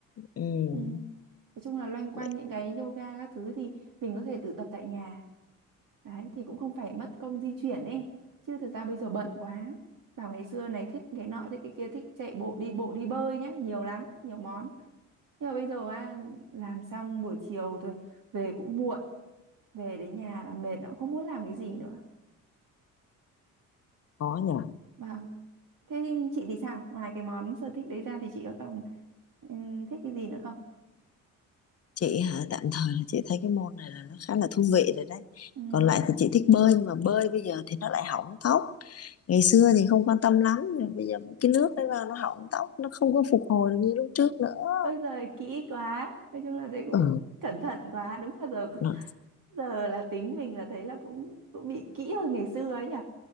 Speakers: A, on the left; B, on the right.
A: ừ
B: Ừ. Nói chung là loanh quanh
A: vậy
B: những cái yoga các thứ thì mình có thể tự tập tại nhà. Đấy thì cũng không phải mất công di chuyển ấy. Chứ thật ra bây giờ bận quá. Bảo ngày xưa này thích cái nọ thích cái kia thích chạy bộ đi bộ đi bơi nhá, nhiều lắm, nhiều món. Nhưng mà bây giờ à, làm xong buổi chiều thôi, về cũng muộn, về đến nhà là mệt cũng không muốn làm cái gì nữa.
A: khó nhỉ
B: Vâng. Thế chị thì sao? Ngoài cái món sở thích đấy ra thì chị có còn ừm, thích cái gì nữa không?
A: chị hả tạm thời là chị thấy cái môn này là nó khá là thú vị rồi đấy
B: Ừ.
A: còn lại thì chị thích bơi nhưng mà bơi bây giờ thì nó lại hỏng tóc ngày xưa thì không quan tâm lắm nhưng bây giờ cái nước đấy vào nó hỏng tóc nó không có phục hồi được như lúc trước nữa
B: Ôi giời kỹ quá. Nói chung là thấy cũng
A: ừ
B: cẩn thận quá. Đúng là giờ
A: nói,
B: giờ là tính mình là thấy là cũng cũng bị kỹ hơn ngày xưa ấy nhỉ.